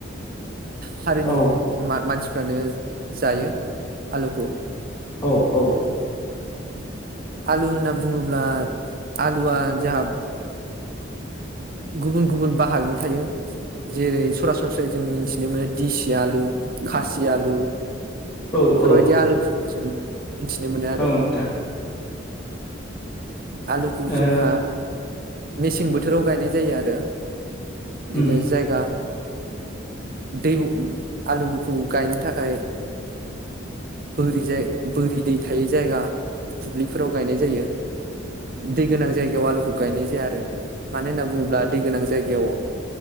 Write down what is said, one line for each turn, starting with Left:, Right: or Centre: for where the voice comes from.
Right: हारिनि
Left: औ
Right: मा-मानसिफ फ्रानो जायो आलुखौ।
Left: औ औ।
Right: आलु होनना बुङोब्ला आलुआ जाहा गुबुन गुबुन बाहागनि थायो जेरै सरासनस्रायै जों मिथिनो मोनो दिसि आलु, खासि आलु
Left: औ
Right: फोरबादि
Left: औ
Right: आलुफोर जों मोनथिनो मोनो आरो
Left: नोंथां
Right: आलुखौ
Left: ओ
Right: जोंहा मेसें बोथोराव गायनाय जायो आरो बिदिनो
Left: उम
Right: जायगा दैबु आलुगुफु गायनो थाखाय बोरि जाय बोरि दै थायै जायगा दुब्लिफोराव गायनाय जायो । दै गोनां जायगायाव आलुखौ गायनाय जाया आरो मानो होनना बुङोब्ला दै गोनां जायगायाव